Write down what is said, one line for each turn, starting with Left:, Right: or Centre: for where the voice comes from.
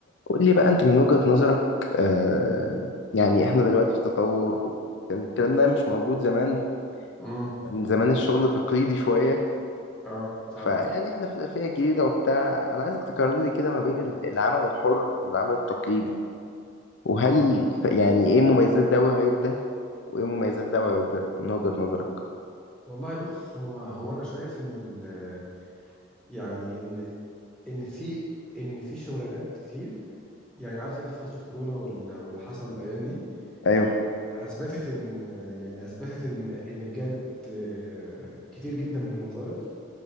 Left: قول لي بقى انت من وجهة نظرك آه يعني احنا دلوقتي في تطور يعني الكلام ده مش موجود زمان
Centre: امم
Left: من زمان الشغل تقليدي شوية
Centre: اه فعلا
Left: فيعني احنا في الألفية الجديدة وبتاع انا عايزك تقارن لي كده ما بين ال- العمل الحر والعمل التقليدي وهل
Centre: اه
Left: ف- يعني ايه مميزات ده وعيوب ده وايه مميزات ده وعيوب ده من وجهة نظرك
Centre: والله بص هو هو انا شايف ان ال يعني ان ان في ان في شغلانات كتير يعني عارف انت فترة كورونا وال- واللي حصل الايام دي
Left: ايوه
Centre: اثبتت ان يعني اثبتت ان ان بجد آه، كتير جدا من الوظائف